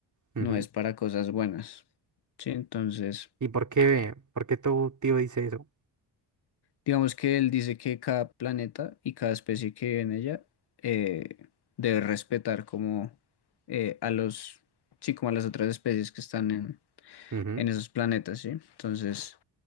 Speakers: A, on the right; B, on the left.
A: ujú.
B: no es para cosas buenas. Sí, entonces,
A: ¿Y por qué, por qué tu tío dice eso?
B: digamos que él dice que cada planeta y cada especie que vive en ella eh, debe respetar como eh, a los, sí, como a las otras especies que están en
A: Ujú,
B: en esos planetas, ¿sí? Entonces,